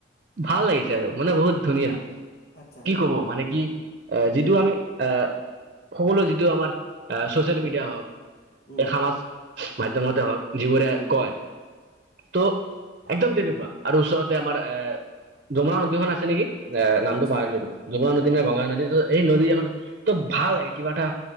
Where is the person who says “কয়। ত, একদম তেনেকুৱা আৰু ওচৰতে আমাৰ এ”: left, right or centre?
Right